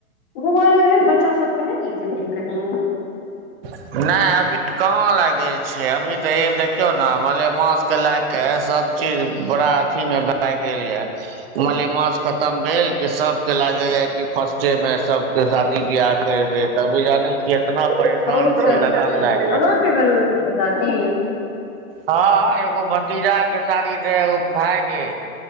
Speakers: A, on the left (about 40°); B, on the right (about 45°).
A: घुम लेल बच्चा सब कनेक लैग गेलीए कही।
B: नैय अभी कहाँ लाग गेल छै अभी तऽ ए देखियौ ने मलेमासके लाग के सब चीज बरा अथी मे भए गेल ये। मलेमास खतम भेल कि सभके लागे या कि फर्स्टे मे सब शादी बियाह कैर दे तभी जाने छियै इतना परेशान।
A: बहुत
B: छियै
A: शादी
B: लगन
A: छै।
B: लए
A: अहाँ के घरमे भी छैे शादी?
B: हँ एगो भतीजा के सादी रहे ओ भाय के।